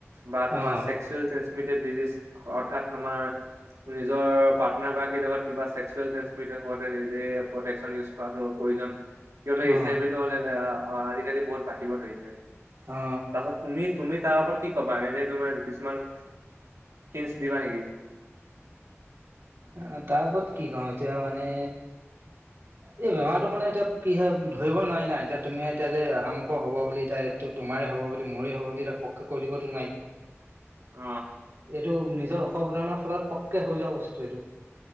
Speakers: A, on the right; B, on the right.
A: বা তোমাৰ
B: অ
A: চক্সুৱেল ট্ৰেিটেড ডিিজ অৰ্থাৎ তোমাৰ নিজৰ পাৰ্টনাৰ গৰাকীৰ লগত কিবা চছেক্সুৱেল ট্ৰেিন হতে নিজে প্ৰেকচন ইউজ কৰাটো প্ৰয়োজন কিয়নো এইচ
B: অ
A: আই বি টো অ আজিকালি বহুত বাঢ়িব ধৰিছে
B: অ
A: তাৰপাছত তুমি তুমি তাৰ ওপৰত কি কবা এনে তুমাৰ কিছুমান হি দিবা নেকি
B: আহ তাৰ ওপৰত কি কম এতিয়া মানে এই বেমাৰতটো মানে এতিয়া কি হয় ধৰিব নোৱাৰি নাই এতিয়া তুমি এতিয়া যে আমুক হব বুলি এতিয়া এইটো তম তোমাৰে হ'ব বুলি মোৰে হ'ব বুলি তাক পকে কৈ দিবতো নাই
A: অ',
B: এইটো নিজৰ অসাৱধানৰ ফলত পক্কে হৈ যওঁ বস্তু এইটো